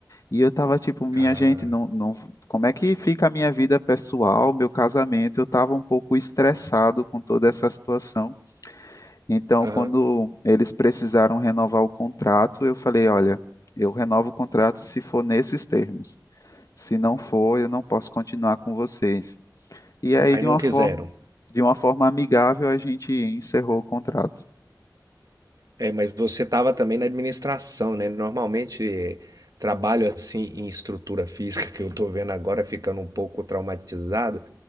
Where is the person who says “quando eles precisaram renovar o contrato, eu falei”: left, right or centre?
Left